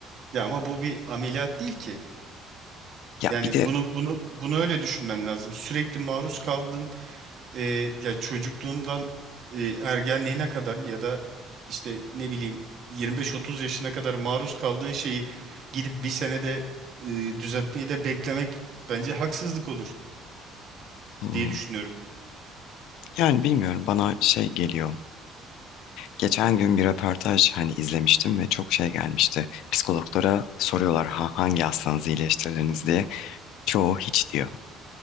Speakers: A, on the right; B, on the left.
A: ya ama bu bir ameliyat değil ki.
B: Ya
A: Yani
B: bir de
A: bunu bunu bunu öyle düşünmen lazım. Sürekli maruz kaldın. e, ya çocukluğundan e, ergenliğine kadar ya da işte ne bileyim 25-30 yaşına kadar maruz kaldığın şeyi gidip bir senede e, düzeltmeyi de beklemek bence haksızlık olur
B: hmm,
A: diye düşünüyorum.
B: yani bilmiyorum bana şey geliyor. Geçen gün bir röportaj hani izlemiştim ve çok şey gelmişti. Psikologlara soruyorlar ha, hangi hastanızı iyileştirdiniz diye. Çoğu hiç diyor.